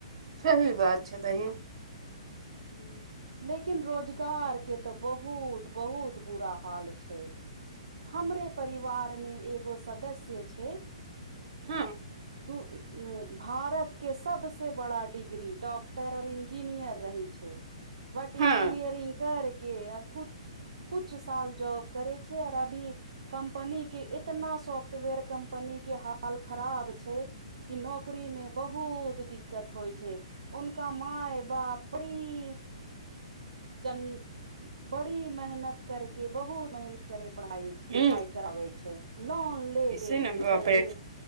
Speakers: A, on the right; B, on the right.
A: सही बात छै बहिन
B: ह लेकिन रोजगार के तऽ बहुत बहुत बुरा हाल छै हमरे परिवार मे एगो सदस्य छै
A: हँ
B: दू भारत के सबस बड़ा डिग्री डॉक्टर अर इंजीनियर रहै छै बट
A: हँ
B: इंजीनियरिंग कर के आ कुछ कुछ साल जॉब करे छै आऔर अभी कम्पनी के एतना सॉफ्टवेयर कम्पनी के हाल खराब छै कि नौकरी मे बहुत दिक्कत होइ छै उनका माय बाप बड़ी - जन बड़ी मेहनत करके बहुत मेहनत करके पढ़ाइ लिखाइ
A: ह
B: करबै छै लाँन ले
A: ऐसे
B: के
A: ने बाप
B: हेजे
A: रे